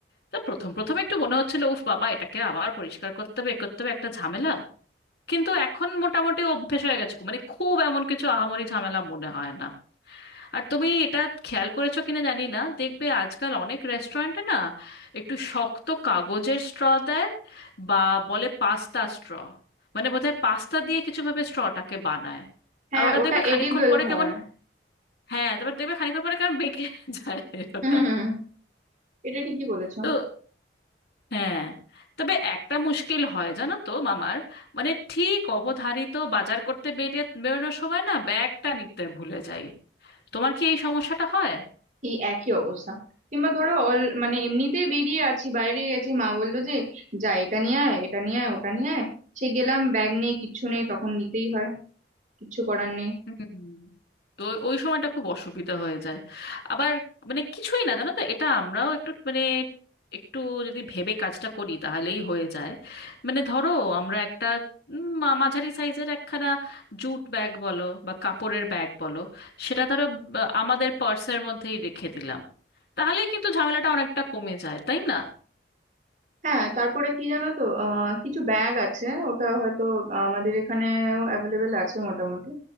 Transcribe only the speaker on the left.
তো প্রথম প্রথম একটু মনে হচ্ছিল উফ বাবা এটাকে আবার পরিষ্কার করতে হবে এ করতে হবে একটা ঝামেলা কিন্তু এখন মোটামুটি অভ্যেস হয়ে গেছে মানে খুব এমন কিছু আহামরি ঝামেলা মনে হয় না আর তুমি এটা খেয়াল করেছো কিনা জানি না দেখবে আজকাল অনেক রেস্টুরেন্টে না একটু শক্ত কাগজের স্ট্র দেয় বা বলে পাস্তা স্ট্র মানে বোধহয় পাস্তা দিয়ে কিছু ভাবে স্ট্রটাকে বানায়
আর ওটা
দেখবে খানিকক্ষণ
পরে
কেমন হ্যাঁ তারপর দেখবে খানিকক্ষণ পরে কেমন বেঁকে <laughs> যায় ওটা
তো হ্যাঁ তবে একটা মুশকিল হয় জানো তো মামার মানে ঠিক অবধারিত বাজার করতে বেরিয়ে বেরোনোর সময় না ব্যাগটা নিতে ভুলে যাই তোমার কি এই সমস্যাটা হয়
হুম। তো ওই ওই সময়টা খুব অসুবিধা হয়ে যায় আবার মানে কিছুই না জানো তো এটা আমরাও একটু মানে একটু যদি ভেবে কাজটা করি তাহলেই হয়ে যায় মানে ধরো আমরা একটা উম, মা- মাঝারি সাইজের একখানা জুট ব্যাগ বলো বা কাপড়ের ব্যাগ বলো সেটা ধরো বা, আমাদের পার্সের মধ্যেই রেখে দিলাম তাহলে কিন্তু ঝামেলাটা অনেকটা কমে যায় তাই না